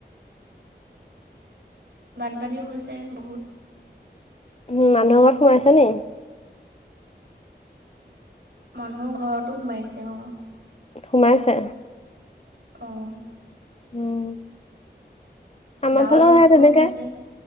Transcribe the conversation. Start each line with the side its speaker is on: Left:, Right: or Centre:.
Right: বানপানীও হৈছে বহুত
Left: উম মানুহৰ ঘৰত সোমাইছে ন
Right: মানুহৰ ঘৰতো সোমাইছে অ
Left: সোমাইছে
Right: আহ
Left: উম আমা
Right: ডাৱৰ
Left: ফালেও
Right: বিস্ফোৰণ
Left: সেই তেনেকে
Right: হৈছে